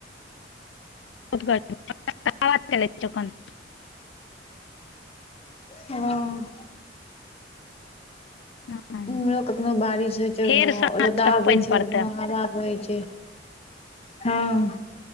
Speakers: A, on the left; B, on the left.
A: आवाज च ओन
B: हँ
A: हँ
B: इम्हरो कखनो बारिश होइत छै
A: फेर
B: कखनो
A: साँझ
B: रौदा
A: तक
B: उगय
A: पानि
B: छै
A: पड़तै
B: कखनो हवा बहै छै हं